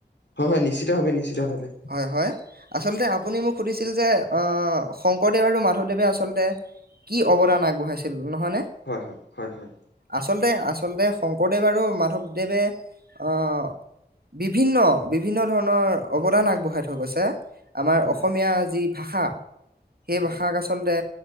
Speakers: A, on the left (about 90°); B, on the right (about 60°).
A: হয় হয় নিশ্চিতভাৱে নিশ্চিতভাৱে।
B: হয় হয়, আচলতে আপুনি মোক সুধিছিল যে আহ' শংকৰদেৱ আৰু মাধৱদেৱে আচলতে কি অৱদান আগবঢ়াইছিল নহয়নে?
A: হয়, হয়, হয়, হয়।
B: আচলতে আচলতে শংকৰদেৱ আৰু মাধৱদেৱে অ বিভিন্ন বিভিন্ন ধৰণৰ অৱদান আগবঢ়াই থৈ গৈছে। আমাৰ
A: হয়
B: অসমীয়া যি ভাষা সেই
A: হয়
B: ভাষাক আচলতে